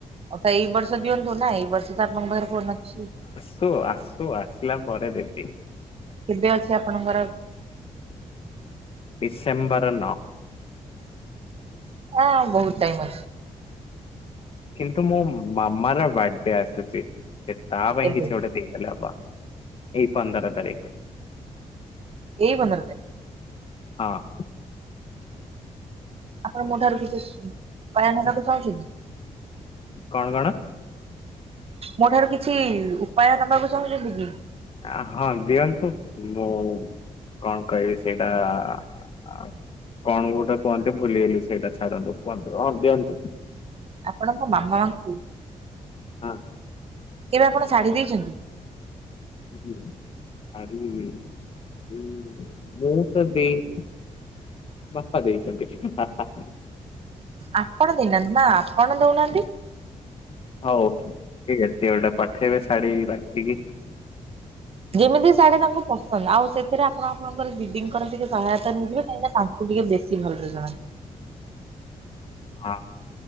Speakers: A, on the right (about 45°); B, on the left (about 45°).
A: ଅଟା ଏଇ ବର୍ଷ ଦିଅନ୍ତୁ ନା ଏଇ ବର୍ଷ ଆପଣଙ୍କ ପାଖରେ ଫୋନ୍ ଅଛି।
B: ସୁ ଆସୁ ଆସିଲା ପରେ ଦେବି।
A: କେବେ ଅଛି ଆପଣଙ୍କର?
B: ଡିସେମ୍ବର ନଅ।
A: ଆ, ବହୁତ ଟାଇମ୍ ଅଛି।
B: କିନ୍ତୁ ମୋ ମାମାର ବାଡେ ଆସୁଛି। ସେ ତା ପାଇଁ
A: କେବେ
B: କିଛି ଗୋଟେ ଦେଇଦେଲେ ହବ। ଏଇ ପନ୍ଦର ତାରିଖ।
A: ଏଇ ପନ୍ଦର ତାରିଖ।
B: ହଁ।
A: ଆପଣ ମୋ ଠାରୁ କିଛି ଉପାୟ ନେବାକୁ ଚାହୁଁଛ କି?
B: କଣ କଣ?
A: ମୋ ଠାରୁ କିଛି ଉପାୟ ନେବାକୁ ଚାହୁଁଛନ୍ତି କି?
B: ଆ, ହଁ ଦିଅନ୍ତୁ ମୁଁ କଣ କହିବି ସେଇଟା ଆ, କଣ ଗୋଟେ କୁହନ୍ତି ଭୁଲିଗଲି ସେଇଟା। ଛାଡନ୍ତୁ କୁହନ୍ତୁ, ହଁ ଦିଅନ୍ତୁ।
A: ଆପଣଙ୍କ ମାମାଙ୍କୁ
B: ହଁ।
A: କେବେ ଆପଣ ଶାଢୀ ଦେଇଛନ୍ତି?
B: ହୁଁ ଶାଢ଼ି, ମୁଁ ତ ଦେଇନି। ବାପା ଦେଇଛନ୍ତି ବାପା।
A: ଆପଣ ଦେଇନାହାନ୍ତି ନା ଆପଣ ଦଉନାହାନ୍ତି।
B: ହଉ ଠିକ୍ ଅଛି ଗୋଟେ ପଠେଇବେ ଶାଢୀ ବାଛିକି
A: ଯେମିତି ଶାଢି ତାଙ୍କୁ ପସନ୍ଦ, ଆଉ ସେଥିରେ ଆପଣ ଆପଣଙ୍କର ଦିଦିଙ୍କର ଟିକେ ସହାୟତା ନେଇଯିବେ। କାହିଁକି ନା ତା କୁ ଟିକେ ବେଶୀ ଭଲରେ ଜଣା।
B: ହଁ।